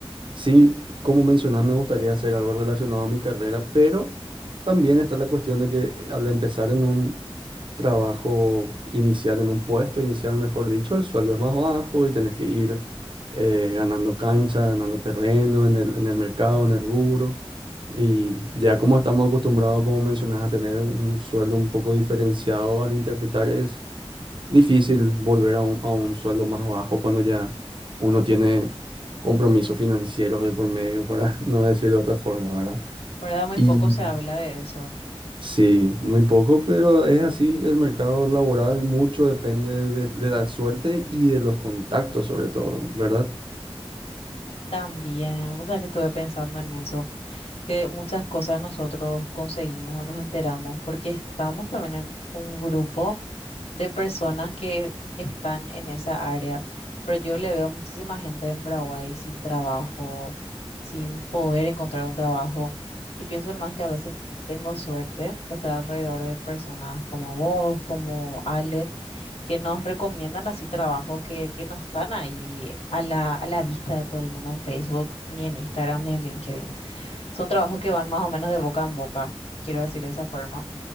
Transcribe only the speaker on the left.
Sí,
¿verdad? Muy
poco se habla de eso.
También, o sea, que estuve pensando en eso, que muchas cosas nosotros conseguimos o nos enteramos porque estamos también en un grupo de personas que están en esa área, pero yo le veo muchísima gente en Paraguay sin trabajo, sin poder encontrar un trabajo y pienso nomás que a veces tengo suerte de estar alrededor de personas como vos, como Ale que nos recomiendan así trabajos que, que no están ahí a la, a la vista de todo el mundo en Facebook, ni en Instagram, ni en LinkedIn. Son trabajos que van más o menos de boca en boca, quiero decir de esa forma.